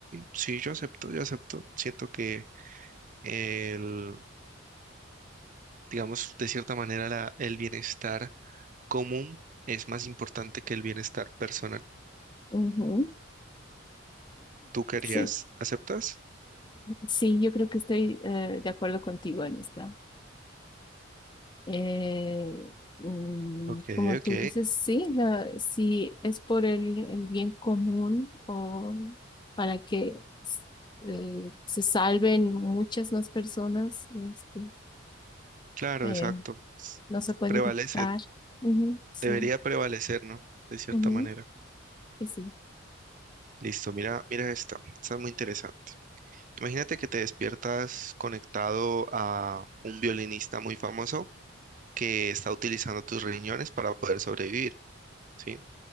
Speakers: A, on the right; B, on the left.
A: sí, yo acepto, yo acepto. Siento que el, digamos, de cierta manera la- el bienestar común es más importante que el bienestar personal.
B: Ujú,
A: ¿Tú querías,
B: Sí,
A: aceptas?
B: sí, yo creo que estoy eh, de acuerdo contigo en esto. Eh, mm,
A: Ok,
B: como tú
A: ok,
B: dices, sí, la- si es por el, el bien común o para que s- eh, se salven muchas más personas, este,
A: claro,
B: eh,
A: exacto.
B: no se puede
A: Prevalece,
B: evitar. Ujú, sí,
A: debería prevalecer, ¿no? De cierta
B: ujú,
A: manera.
B: que sí,
A: Listo, mira, mira esta, esta es muy interesante. Imagínate que te despiertas conectado a un violinista muy famoso que está utilizando tus riñones para poder sobrevivir, ¿sí?